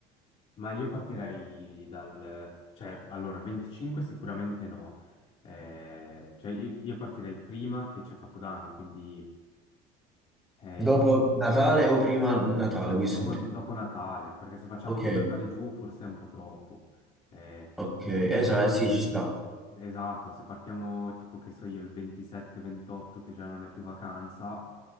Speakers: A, on the left; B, in the centre.
A: Ma io partirei dal... cioè, allora, 25 sicuramente no. Eh, cioè, io, io partirei prima che c'è Capodanno, quindi eh,
B: Dopo Natale o prima Natale,
A: dopo,
B: questo
A: dopo-
B: intendo.
A: dopo Natale, perché se facciamo
B: Ok,
A: anche Natale giù forse è un po' troppo. Eh,
B: ok, esatto,
A: però se partiamo-
B: eh, sì, ci sta.
A: Esatto, se partiamo tipo che so io il 27-28 che già non è più vacanza,